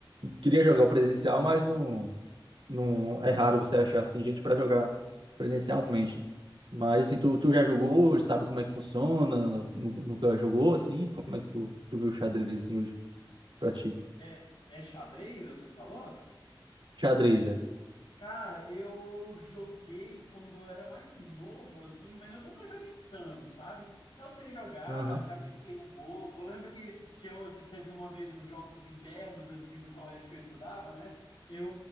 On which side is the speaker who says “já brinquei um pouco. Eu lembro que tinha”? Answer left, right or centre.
Left